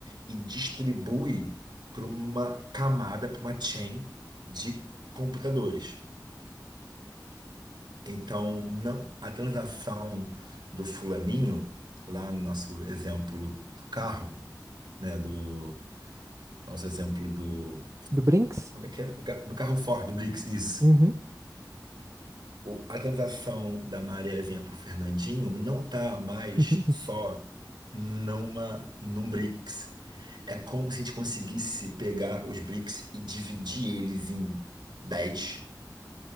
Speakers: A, on the right (about 70°); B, on the right (about 40°).
A: e distribui para uma camada, para uma chain de computadores. Então, não a transação do fulaninho, lá no nosso exemplo do carro, né? Do nosso exemplo do.
B: Do Brinks?
A: Como é que é? Do, ca- do carro Ford, do Blix, isso.
B: Uhum.
A: o- a transação da Mariazinha por Fernandinho não tá mais
B: <laughs>
A: só numa, num BRICS. É como se a gente conseguisse pegar os BRICS e dividir eles em dez